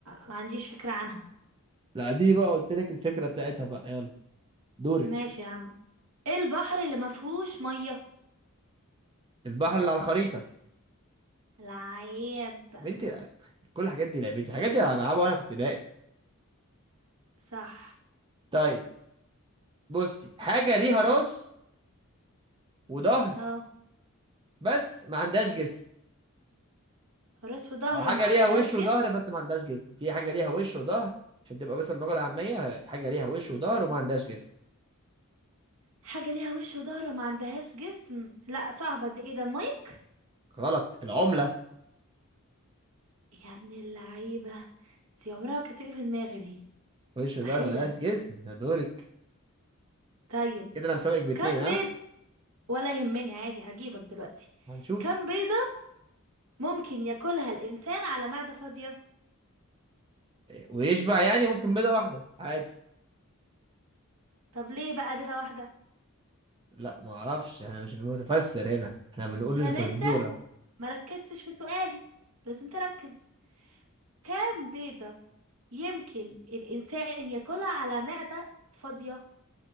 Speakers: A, on the right (about 80°); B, on the right (about 20°).
A: ما عنديش فكرة عنها
B: لا دي بقى قلت لك الفكره بتاعتها بقى يلا دورك
A: ماشي يا عم ايه البحر اللي ما فيهوش مية
B: البحر اللي على الخريطه
A: العيب
B: يا بنتي كل الحاجات دي لعبتي الحاجات دي انا بلعبها وانا في ابتدائي
A: صح
B: طيب بصي حاجه ليها راس وظهر
A: اه
B: بس ما عندهاش جسم
A: راس وظهر
B: او حاجه
A: ما عندهاش
B: ليها وش
A: جسم
B: وظهر بس ما عندهاش جسم في حاجه ليها وش وظهر عشان تبقى بس اللغه العاميه حاجه ليها وش وظهر وما عندهاش جسم
A: حاجة ليها وش وظهر وما عندهاش جسم لا صعبة دي ايه ده مايك
B: غلط العمله
A: يا ابن اللعيبة دي عمرها ما كانت تيجي في دماغي دي
B: وش
A: مستحيلة
B: وظهر ما لهاش جسم ده دورك
A: طيب
B: كده انا مسابقك باتنين
A: كم
B: ها
A: بيض ولا يهمني عادي هجيبك دلوقتي
B: هنشوف
A: كم بيضة ممكن ياكلها الإنسان على معدة فاضية
B: ويشبع يعني ممكن بيضة واحدة عادي
A: طب ليه بقى بيضة واحدة
B: لا ما اعرفش انا مش متفسر هنا احنا بنقول
A: عشان
B: الفزورة
A: انت ما ركزتش في سؤالي لازم تركز كام بيضة يمكن الإنسان ياكلها على معدة فاضية